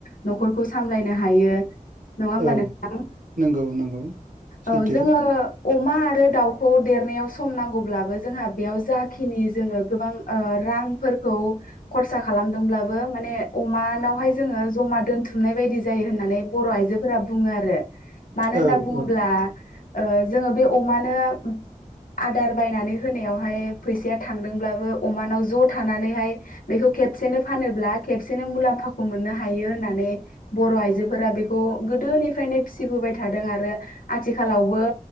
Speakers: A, on the left; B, on the right.
A: न'खरखौ सामलायनो हायो। नङा होमबा
B: औ
A: नोंथां?
B: नंगौ नंगौ सैथो
A: औ जोङो अमा आरो दाउखौ देरनायाव सम नांगौब्लाबो जोंहा बेयाव जाखिनि जोङो गोबां ओ रांफोरखौ खरसा खालामदोंब्लाबो माने अमानावहाय जोङो ज'मा दोनथुमनाय बायदि जायो होननानै बर' आइजोफोरा बुङो आरो। मानो
B: औ
A: होनना बुङोब्ला
B: औ
A: जोङो बे अमानो उम आदार बायनानै होनायावहाय फैसाया थांदोंब्लाबो अमानाव ज' थानानैहाय बेखौ खेबसेनो फानोब्ला खेबसे सेनो मुलाम्फाखौ मोननो हायो होननानै बर' आइजोफोरा बेखौ गोदोनिफ्रायनो फिसिबोबाय थाद दों आरो आथिखालावबो